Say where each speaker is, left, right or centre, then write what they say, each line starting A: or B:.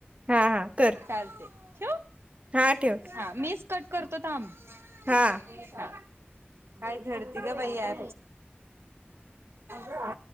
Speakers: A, on the right (about 30°); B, on the right (about 80°).
A: हा हा कर
B: चालती ठेऊ?
A: हा ठेव
B: हा मी कट करतो थांब उद्या
A: हा
B: येत नाहीसा. काय झडती का बाई या ह